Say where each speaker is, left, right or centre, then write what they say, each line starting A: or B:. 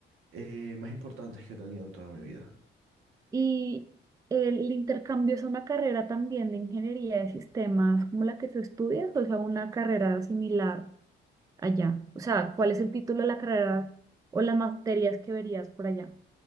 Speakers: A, on the right; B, on the right.
A: eh, más importantes que he tenido en toda mi vida.
B: Y el intercambio es una carrera también de ingeniería de sistemas como la que tú estudias, o sea, una carrera similar. allá? O sea, ¿cuál es el título de la carrera o las materias que verías por allá?